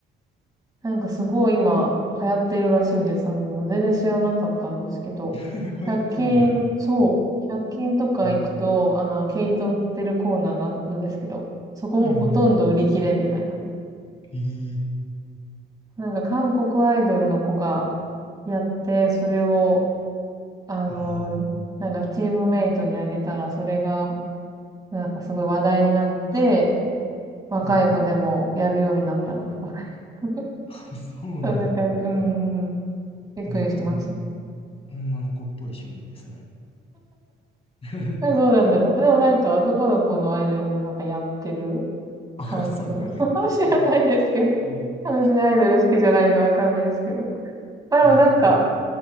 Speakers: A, on the right (about 20°); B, on the left (about 30°).
A: なんかすごい今流行ってるらしいです。あの、全然知らなかったんですけど、
B: <laughs> 流行ってるんや。
A: 100均、そう、1均とか行くと、
B: えー
A: あの、毛糸売ってるコーナーがあるんですけど、そこもほとんど売り切れみたいな。
B: うんうん。えー
A: なんか韓国アイドルの子がやって、それを、あの、
B: ああ、
A: なんかチームメイトにあげたら、それが、なんかすごい話題になって、若い子でもやるようになったみたいな。
B: はいはい。
A: <laughs> 若い子 <laughs>
B: <laughs> そうなんや。
A: そんな感じ。うんうんん。びっくりしまし
B: めっちゃなんか、女の子っぽい趣味ですね。<laughs>
A: た。あどうなんだろう。でもなんか男の子のアイドルもなんかやってる
B: あ、
A: 韓国の。
B: そうなんや。
A: <laughs> 知らないですけど。
B: え
A: 別にアイドル好きじゃないんでわかんないですけど。まあでもなんか、
B: はいはい。